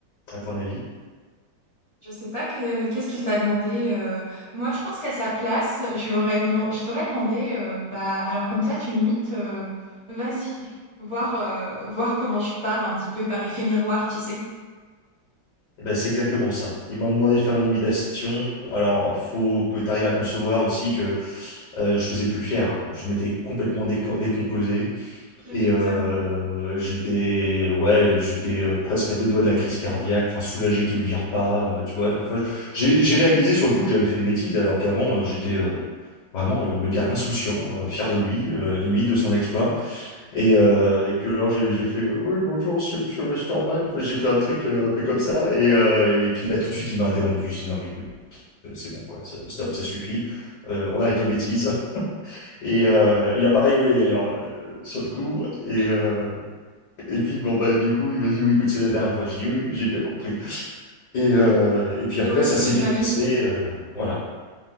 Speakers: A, on the left (about 70°); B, on the left (about 30°).
A: à ton avis
B: je sais pas que- qu'est-ce qu'il t'a demandé. euh, Moi, je pense qu'à sa place, je lui aurais deman- je t'aurais demandé, euh, bah, alors comme ça, tu m'imites, euh, vas-y, voir, euh, voir comment je parle un petit peu par effet miroir, tu sais.
A: Eh ben, c'est exactement ça. Ils m'ont demandé de faire une imitation. Alors, faut que tu arrives à concevoir aussi que euh, je faisais plus le fier. hein. Je m'étais complètement déco- décomposé
B: Tu
A: et
B: m'étonnes.
A: euh, j'étais, ouais, j'étais euh, presque à deux doigts de la crise cardiaque. Enfin, soulagé qu'ils me virent pas. euh, tu vois. Enfin, j'ai j'ai réalisé sur le coup que j'avais fait une bêtise, alors qu'avant euh, j'étais euh, vraiment le, le gars insouciant, euh, fier de lui, euh, limite de son exploit. Et, euh, et puis alors j'ai j'ai fait euh, oui bonjour monsieur, monsieur Masterman. Enfin, j'ai fait un truc euh, un peu comme ça et, euh, et puis là tout de suite il m'a interrompu. Je dis non mais écoute euh, c'est bon quoi c'est- stop ça suffit Euh, on arrête les bêtises <laughs> et euh, il a pas rigolé d'ailleurs euh, sur le coup et
B: Oui.
A: euh, et puis bon bah du coup il m'a dit oui écoute c'est la dernière fois. J'ai dit oui oui, j'ai bien compris et euh, et puis après
B: Sur le
A: ça
B: coup,
A: s'est
B: j'imagine.
A: bien passé euh, voilà.